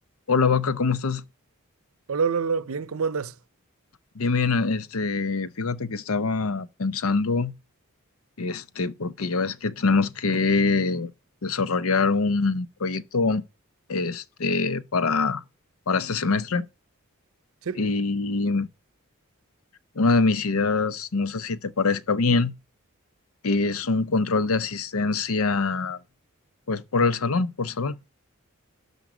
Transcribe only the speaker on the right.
Hola, hola, hola, bien, ¿cómo andas?
Sí.